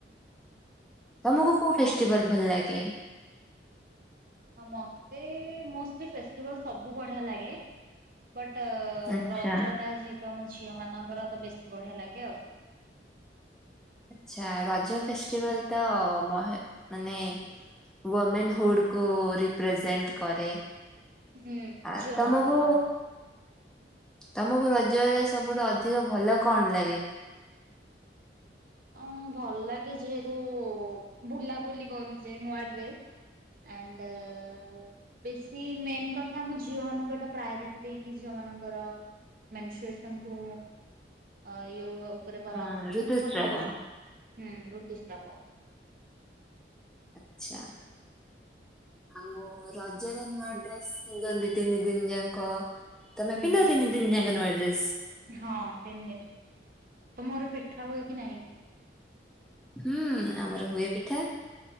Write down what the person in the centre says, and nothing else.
ତମକୁ କୋଉ
ଫେଷ୍ଟିଭାଲ୍ ଭଲ ଲାଗେ?
ଆଚ୍ଛା।
ଆଚ୍ଛା ରଜ ଫେଷ୍ଟିଭାଲ ତ ମହି ମାନେ ୱମେନ୍ ହୁଡ଼ କୁ ରିପ୍ରେଜେଣ୍ଟ କରେ।
ଆ
ତମକୁୁ
ତମକୁ ରଜରେ ସବୁଠୁ ଅଧିକ ଭଲ କଣ ଲାଗେ?
ହଁ
ଋତୁସ୍ରାବ
ଚ୍ଛା
ଆଉ ରଜରେ ନୂଆ ଡ୍ରେସ ପିନ୍ଧନ୍ତି ତିନି ଦିନି ଯାଙ୍କ। ତମେ
ପିନ୍ଧ ତିନ୍ ଦିନ୍? ତିନ୍ ଯାଙ୍କ ନୂଆ ଡ୍ରେସ୍
ହୁଁ ଆମର ହୁଏ ପିଠା।